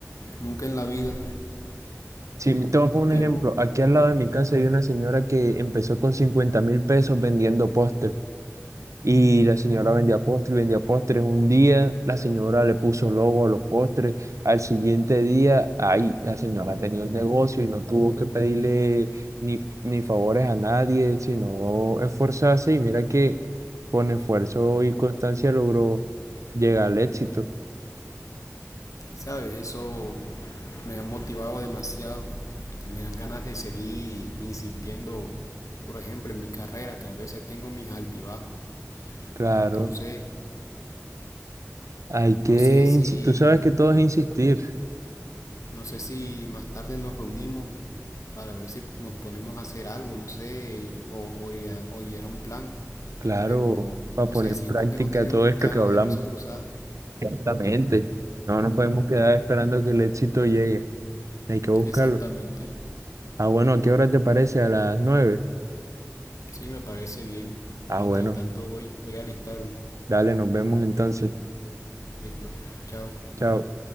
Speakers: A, on the left (about 85°); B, on the right (about 75°).
A: nunca en la vida,
B: Si me tomo un
A: pero
B: ejemplo, aquí al lado de mi casa hay una señora que empezó con cincuenta mil pesos vendiendo postres. Y la señora vendía postres, vendía postres. Un día la señora le puso logo a los postres. Al siguiente día, ahí la señora tenía un negocio y no tuvo que pedirle ni, ni favores a nadie, sino esforzarse. Y mira que con esfuerzo y constancia logró llegar al éxito.
A: Sabes, eso me ha motivado demasiado. Me dan ganas de seguir insistiendo, por ejemplo, en mi carrera, que a veces tengo mis altibajos.
B: Claro,
A: Entonces,
B: hay que
A: no sé si,
B: insistir. Tú sabes que todo es insistir,
A: no sé si más tarde nos reunimos para ver si nos ponemos a hacer algo, no sé, o, o, idea- o idear un plan.
B: claro,
A: Pero
B: para
A: no
B: poner
A: sé,
B: en
A: siento
B: práctica
A: que no tenemos
B: todo esto
A: que quedarnos
B: que hablamos.
A: de brazos cruzados.
B: Exactamente. No nos podemos quedar esperando que el éxito llegue. Hay que buscarlo.
A: Exactamente.
B: Ah, bueno, ¿a qué hora te parece? A las nueve.
A: Sí, me parece bien.
B: Ah,
A: Mientras
B: bueno,
A: tanto voy, voy a alistarme.
B: dale, nos vemos entonces.
A: Listo. Chao.
B: Chao.